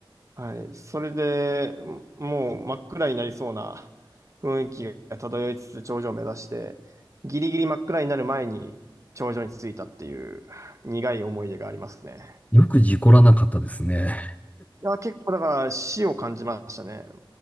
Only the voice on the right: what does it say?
はい。それで、もう真っ暗になりそうな雰囲気が漂いつつ頂上を目指して、ギリギリ真っ暗になる前に頂上に着いたっていう苦い思い出がありますね。
いや、結構だから死を感じましたね。